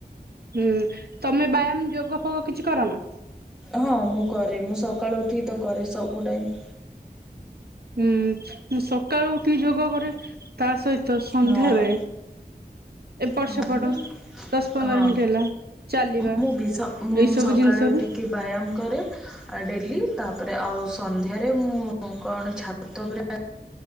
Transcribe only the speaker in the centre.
ହଁ ମୁଁ କରେ ମୁଁ ସକାଳୁ ଉଠିକି ତ କରେ ସବୁ ଟାଇମ୍
ହଁ।
ହଁ
ମୁଁ
ହଁ
ମୁଁ
ବି ସ ମୁଁ
ସକାଳୁ
ଉଠିକି
ବ୍ୟାୟାମ କରେ। ଡେଲି ତାପରେ ଆଉ ସନ୍ଧ୍ୟାରେ ମୁଁ କଣ ଛାତ ଉ